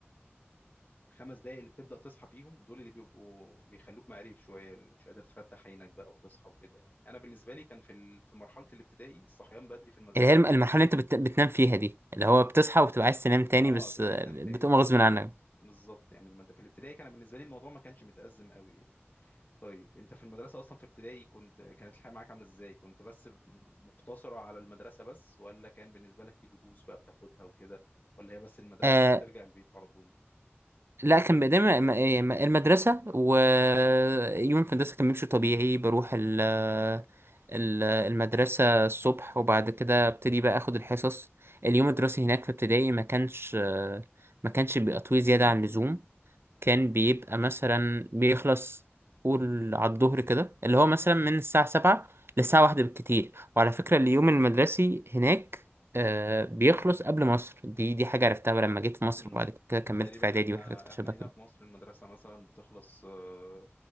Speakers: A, on the left (about 40°); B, on the right (about 65°).
A: الخمس دقايق اللي بتبدأ تصحى فيهم دول اللي بيبقوا بيخلوك مقريف شوية اللي مش قادر تفتح عينك بقى وتصحى وكده يعني أنا بالنسبة لي كان في ال... في مرحلة الابتدائي الصحيان بدري في المدرسة
B: اللي هي الم- المرحلة اللي انت بت... بتنام فيها دي اللي هو بتصحى وبتبقى عايز تنام تاني
A: اه
B: بس
A: تبقى
B: آه،
A: عايز تنام
B: بتقوم
A: تاني
B: غصب عنك
A: بالظبط يعني المد... في الابتدائي كان بالنسبة لي الموضوع ما كانش متأزم قوي يعني طيب أنت في المدرسة أصلا في ابتدائي كنت كانت الحياة معاك عاملة إزاي كنت بس مقتصرة على المدرسة بس ولا كان بالنسبة لك في دروس بقى بتاخدها وكده ولا هي بس المدرسة
B: آه
A: وترجع البيت على طول
B: لا كان بقدام الم- إيه، الم- المدرسة ويوم في المدرسة كان بيمشي طبيعي بروح ال... ال- المدرسة الصبح وبعد كده ابتدي بقى اخد الحصص اليوم الدراسي هناك في ابتدائي ما كانش آه، ما كانش بيبقى طويل زيادة عن اللزوم كان بيبقى مثلا بيخلص قول على الظهر كده اللي هو مثلا من الساعة سبعة للساعة واحدة بالكتير وعلى فكرة اليوم المدرسي هناك آه بيخلص قبل مصر دي دي حاجة عرفتها لما جيت في مصر
A: امم
B: وبعد كده كملت
A: تقريبا
B: في إعدادي
A: احنا
B: والحاجات اللي
A: احنا
B: شبه كده
A: هنا في مصر المدرسة مثلا بتخلص آه،